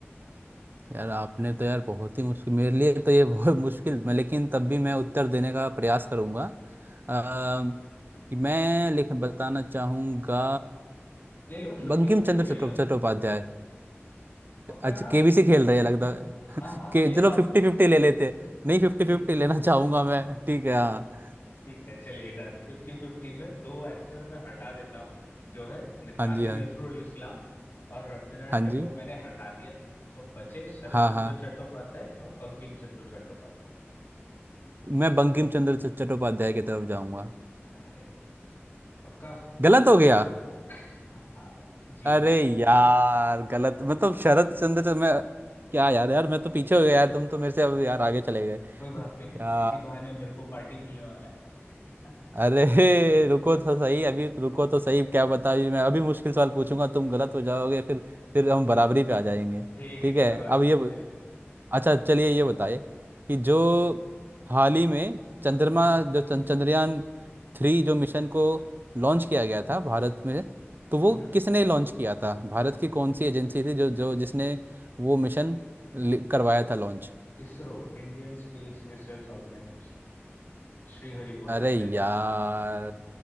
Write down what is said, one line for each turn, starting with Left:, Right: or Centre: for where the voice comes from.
Right: यार आपने तो यार बहुत ही मुश्किल मेरे लिए तो ये <laughs> बहुत मुश्किल मैं लेकिन तब भी मैं उत्तर देने का प्रयास करूँगा अम, मैं लिख बताना चाहूँगा
Left: ले लो फिफ्टी
Right: बंकिम
Left: फिफ्टी
Right: चंद्र
Left: ले
Right: चट्टो-
Left: लो
Right: चट्टोपाध्याय
Left: पक्का
Right: अच्छा
Left: ना
Right: केबीसी खेल रहे हैं लगता है
Left: हाँ हाँ
Right: कि
Left: ले
Right: चलो
Left: लो
Right: फिफ्टी फिफ्टी ले लेते नहीं फिफ्टी
Left: आप
Right: फिफ्टी लेना चाहूंगा मैं ठीक है हाँ
Left: ठीक है चलिए डन फिफ्टी फिफ्टी में दो आंसर मैं हटा देता हूँ जो है न- काजी
Right: हाँ जी हाँ
Left: नजरुल इस्लाम और रविंद्रनाथ
Right: हाँ
Left: टैगोर
Right: जी
Left: मैंने हटा दिया तो बचे शरत
Right: हाँ
Left: चंद्र
Right: हाँ
Left: चट्टोपाध्याय और बंकिम चंद्र चट्टोपाध्याय
Right: मैं बंकिम चंद्र च- चट्टोपाध्याय की तरफ जाऊंगा
Left: अरे पक्का
Right: गलत हो गया
Left: <laughs> हाँ जी
Right: अरे यार गलत मतलब शरद चंद्र च- मैं क्या यार यार मैं तो पीछे हो गया यार तुम तो मेरे से अब यार आगे चले गए
Left: कोई बात नहीं
Right: यार
Left: इसी बहाने मेरे को पार्टी मिलने वाला है
Right: अरे <laughs> रुको तो सही अभी तो रुको तो सही क्या बता अभी मैं अभी मुश्किल सवाल पूछूंगा तुम गलत हो जाओगे फिर फिर हम बराबरी पे आ जाएंगे
Left: <laughs> ठीक
Right: ठीक
Left: है कोई
Right: है
Left: बात
Right: अब ये
Left: नहीं
Right: ब-
Left: चलिए
Right: अच्छा चलिए ये बताइए कि जो हाल ही में चंद्रमा
Left: हम्म
Right: जो चं- चंद्रयान थ्री जो मिशन को लॉन्च किया गया था भारत में तो वो
Left: हम्म
Right: किसने लॉन्च किया था भारत की कौन सी एजेंसी थी जो जो जिसने वो मिशन करवाया था लॉन्च
Left: ISRO Indian space research organisation Sriharikota
Right: अरे यार
Left: से